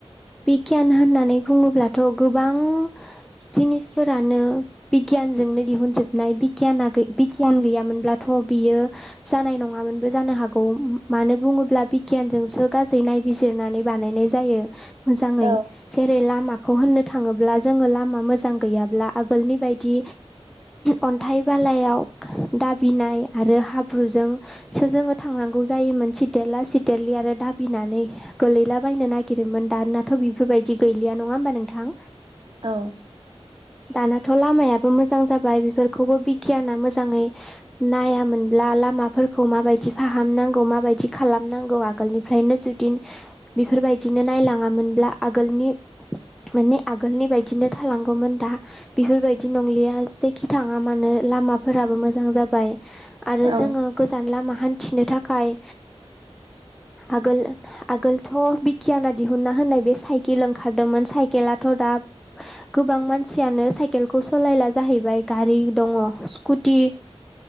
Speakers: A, in the centre; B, on the right.
A: बिगियान होननानै बुङोब्लाथ' गोबां जिनिसफोरानो बिगियानजोंनो दिहुनजोबनाय बिगियाना बिगियान गैयामोनब्लाथ' बियो जानाय नङामोनबो जानो हागौ मानो बुङोब्ला बिगियानजोंसो गाज्रि नाय बिजिरनानै बानायनाय जायो मोजाङै
B: औ
A: जेरै लामाखौ होननो थाङोब्ला जोङो लामा मोजां गैयाब्ला आगोलनि बायदि अन्थाइ बालायाव दाबिनाय आरो हाब्रुजों सो जोङो थांनांगौ जायोमोन सिथेरला सिथेरलि आरो दाबिनानै गोलैलाबायनो नागिरोमोन दानाथ' बेफोरबायदि गैलिया नङा होमबा नोंथां?
B: औ
A: दानाथ' लामायाबो मोजां जाबाय बेफोरखौबो बिगियाना मोजाङै नायामोनब्ला लामाफोरखौ माबायदि फाहामनांगौ माबायदि खालामनांगौ आ गोलनिफ्रायनो जुदि बेफोरबायदिनो नायलाङामोनब्ला आगोलनि माने आगोलनि बायदिनो थालांगौमोन दा बेफोरबायदि नंलिया जेखि थाङा मानो लामाफोराबो मोजां जाबाय। आरो
B: औ
A: जोङो गोजान लामा हान्थिनो थाखाय आगोल आगोलथ बिगियाना दिहुना होननाय बे साइकेल ओंखारदोंमोन साइकेलाथ' दा गोबां मानसियानो साइकेलखौ सालायला जाहैबाय गारि दङ स्कुटि